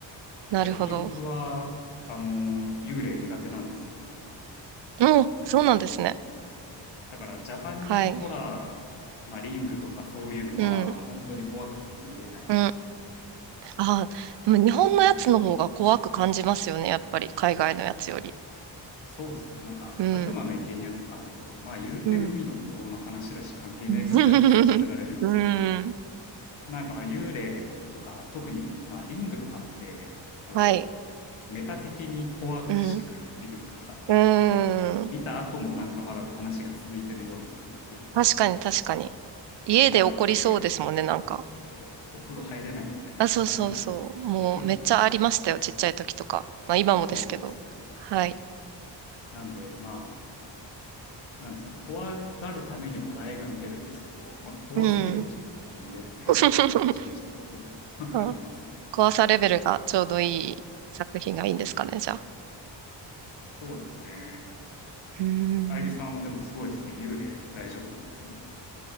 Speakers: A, on the right; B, on the left.
A: なるほど。
B: 逆に僕は、あの、幽霊苦手なんですよ。
A: うん、そうなんですね。
B: だから、ジャパニーズホラー、
A: はい。
B: まあ、リングとかそういうのは、
A: うん。
B: 本当に怖くて見れないですね。
A: うん。ああ、でも日本のやつの方が怖く感じますよね、やっぱり、海外のやつより。
B: そうですね。なんか、
A: うん。
B: 悪魔の生贄とかだと、まあ、言うて海の向こうの話だし、
A: うん。
B: 関係ねえかぐらいで済ませられるんですけど、
A: <laughs> うん。
B: なんか、幽霊とか、特に、まあ、リングとかって、こう、
A: はい。
B: メタ的に怖くしてくるっていうか、
A: うん。うーん。
B: 見た後もなんかまだお話が続いてるような感覚
A: 確かに、確かに。家で起こりそうですもんね、
B: があって、
A: なんか。
B: そう、お風呂入れないみたいな、
A: あ、そうそうそう。
B: あるじゃないですか。
A: もうめっちゃありましたよ、
B: <laughs>
A: ちっちゃい時とか。まあ今もですけど。
B: そうですよね。
A: はい。
B: なんで、まあ、なんですかね、怖がるためにホラー映画見てるんですけど、まあ、怖すぎるとちょっと見れないなみたいな矛盾したとこも
A: うん。<laughs>
B: <laughs>
A: あ
B: ありますね。
A: 怖さレベルがちょうどいい作品がいいんですかね、じゃあ。
B: そうですね。
A: うーん。
B: 愛梨さんはでもすごいですね。幽霊大丈夫なんですね。